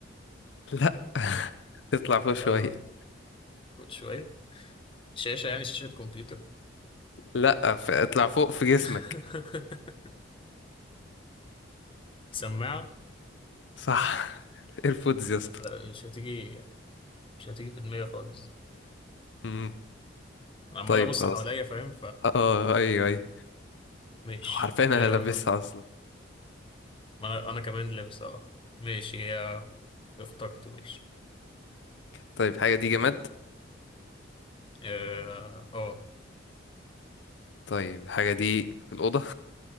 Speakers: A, on the left; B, on the left.
A: لا اطلع فوق
B: لا
A: شوية
B: شوية شاشة يعني شاشة كمبيوتر
A: لا ف- اطلع فوق في جسمك
B: <laughs> سماعة
A: صح <laughs> ايربودز يا اسطى
B: لا مش هتيجي مش هتيجي في دماغي خالص
A: مم.
B: أنا عمال
A: طيب
B: أبص
A: خلاص
B: حواليا فاهم
A: اه آه، ايوه ايوه
B: فماشي
A: هو عارفين
B: أه
A: انا لابسها اصلا
B: ما أنا أنا كمان لابس أه ماشي هي اخترت ماشي
A: طيب حاجة دي جماد
B: أه آه.
A: طيب الحاجة دي في الأوضة